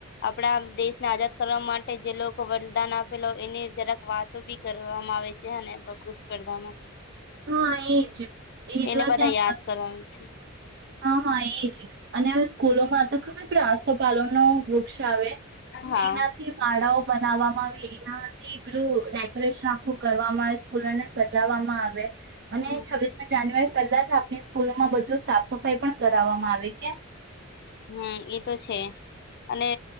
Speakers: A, on the left (about 50°); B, on the right (about 55°).
A: આપણા દેશને આઝાદ કરવા માટે જે લોકો વરદાન આપેલો એની જરાક વાતો બી કરવામાં આવે છે હને વકૃત સ્પર્ધામાં
B: હા એજ એ
A: એને
B: દિવસે
A: બધા
B: એમ
A: યાદ કરવાનું છે
B: હા હા એજ અને કુલોમાં તો ખબર પેલો આસો પાલોન નો વૃક્ષ આવે
A: હા
B: તેનાથી માળાઓ બનાવામાં માવે એ એના થી પેલું ડેકોરેશન આખું કરવામાં આવે ફૂલોને સજાવવામાં આવે. અને
A: હમ
B: છવ્વીસમી જાન્યુઆરી પેલા જ આપણી સ્કૂલમાં બધું સાફ સફાઈ કાંઈ પણ કરાવવામાં આવે કે
A: હમ્મ એ તો છે અને